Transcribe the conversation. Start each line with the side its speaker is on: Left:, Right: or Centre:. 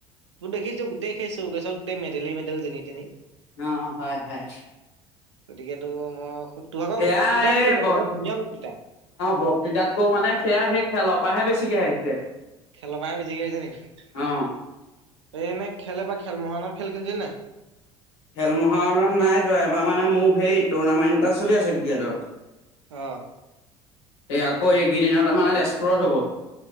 Right: তোৰ দেখিছো গোটেই সেই চৌকেচট গোটেই মেডেলে মেডেল যেতি তেনি।
Left: অ হয় হয়।
Right: গতিকে তোৰ মই তোৰ ভাগৰ
Left: সেয়া
Right: বক্তৃতাও শুনিছো
Left: এই ব
Right: আকৌ বৰ ধুনীয়া বক্তৃতা
Left: বক্তৃতা টো মানে সেয়া সেই খেলৰ পৰাহে বেছিকে আহিছে।
Right: খেলৰ পাহে বেছিকে আহিছে নি?
Left: অ
Right: এই এনেই খেলে বা খেল মহাৰনৰ খেল খেলছিল নাই?
Left: খেল মহাৰনত নাই যোৱা এবাৰ মানে মোৰ সেই টুৰ্ণামেণ্ট এটা চলি আছে ক্ৰিকেটৰ।
Right: অ।
Left: এই আকৌ এইকেইদিনত মানে তেজপুৰত হ'ব।